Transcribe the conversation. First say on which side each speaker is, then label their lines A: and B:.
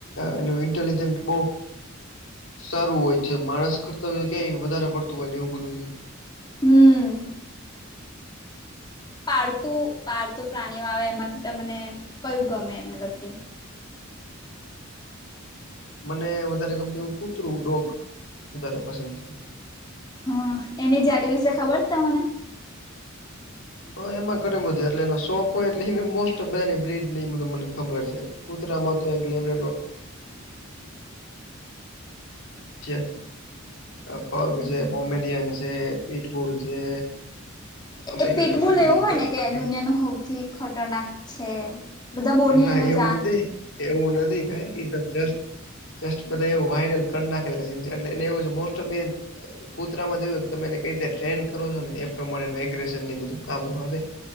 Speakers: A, on the left; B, on the left.
A: એનું ઇન્ટેલિજન્ટ બો સારું હોય છે, માણસ કર્તવ્ય કંઈ વધારે પડતું હોય ને એવું બધું છે‌.
B: હમમ. પાળતું -પાળતું પ્રાણીઓ આવે એમાંથી તમને કયું ગમે મતલબ કે
A: મને વધારે ગમતું કૂતરું, ડોગ વધારે પસંદ છે.
B: હા એની જાતિ વિશે ખબર છે તમને.
A: હા એમાં ઘણી બધી એટલે એનો શોખ હોય એટલે મોસ્ટઓફ બધાની બ્રિજને એ બધું મને ખબર છે‌. કૂતરામા તો એક લેબર <unintelligible> <inaudible> પગ
B: હમ.
A: વિશે કોમેડિયન છે, પીઠબુલ છે. અમેરિકન
B: એ પીટબુલ
A: બુલી
B: એવું હોય
A: છે,
B: નેકે
A: પાકિસ્
B: દુનિયાનું હવથી ખતરનાક છે, બધા બોની
A: ના
B: એને
A: એવું
B: જાણ
A: નથી એવું નથી કંઈક ઈ તો જસ્ટ જસ્ટ બધું એવું વાયરલ કરી નાખેલા છે એટલે એવું છે મોસ્ટ ઓફ બેન. કુતરામા તો એવું તમે એને કંઈ રીતે ટ્રેન કરો છો, ને એ પ્રમાણે માઇગ્રેશન બધું. કાબુ માં રેય.